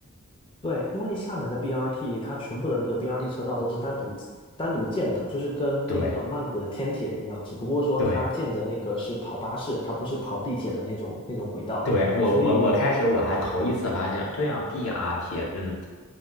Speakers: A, on the left; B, on the left.
A: 对，因为厦门的 BRT，它全部的那个 BRT 车道都是单独单独建的，就是跟那个曼谷的天铁一样，
B: 对
A: 只不过说它建的那个是跑巴士，
B: 对
A: 它不是跑地铁的那种那种轨道，
B: 对，我我我开始我还头一次发现，
A: 所以
B: 对呀 b r t 嗯，